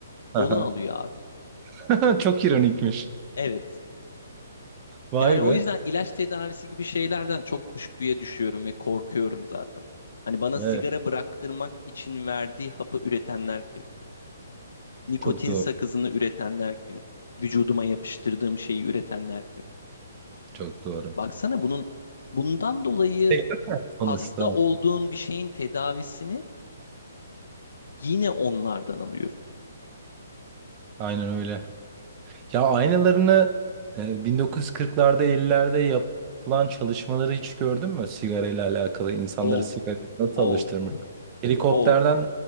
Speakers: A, on the right; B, on the left.
A: Aha.
B: Onu alıyor abi.
A: <laughs> Çok ironikmiş.
B: Evet.
A: Vay
B: Yani o
A: be.
B: yüzden ilaç tedavisi gibi şeylerden çok kuşkuya düşüyorum ve korkuyorum zaten. Hani bana sigara
A: Evet,
B: bıraktırmak için verdiği hapı üretenler kim? Nikotin
A: çok doğru,
B: sakızını üretenler kim? Vücuduma yapıştırdığım şeyi üretenler kim?
A: çok doğru.
B: Baksana bunun bundan dolayı
A: Sektör
B: hasta
A: Sonuçta,
B: olduğun bir şeyin tedavisini yine onlardan alıyorsun.
A: aynen öyle. Ya aynalarını e, 1940'larda 50'lerde yapılan çalışmaları hiç gördün mü? Sigara ile alakalı insanları
B: Of,
A: sigara nasıl
B: of,
A: alıştırmış? Helikopterden
B: of.